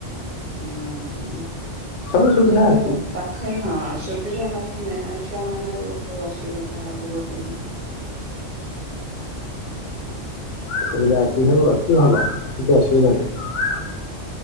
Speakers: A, on the right; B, on the left.
A: ହଁ ହଁ
B: ସବୁ ସୁବିଧା
A: ଯଉ
B: ଅଛି
A: ପାଖ ହଁ ସୁବିଧା ନଥିଲେ ଛୁଆମାନେେ ବହୁତ ଅସୁବିଧା ଭୋଗ କରିବି
B: ସବି ଯା ଅଛି ସବୁ ଅଛି ଭଲ କିଛି ଅସୁବିଧା ନାହିଁ